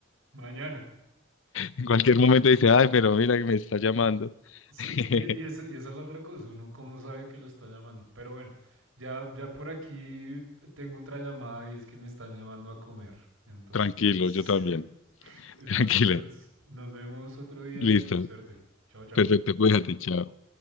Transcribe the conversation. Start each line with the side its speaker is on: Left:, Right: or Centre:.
Right: mañana.
Left: En cualquier momento dice, ay, pero mira que me está llamando.
Right: Sí,
Left: <laughs>
Right: y, y, eso y esa es la otra cosa, uno cómo sabe que lo está llamando. Pero bueno, ya, ya por aquí tengo otra llamada y es que me están llamando a comer. Entonces,
Left: Tranquilo, yo también.
Right: <laughs> entonces
Left: Tranquila.
Right: nos vemos otro día
Left: Listo.
Right: y suerte. Chao, chao.
Left: Perfecto, cuídate, chao.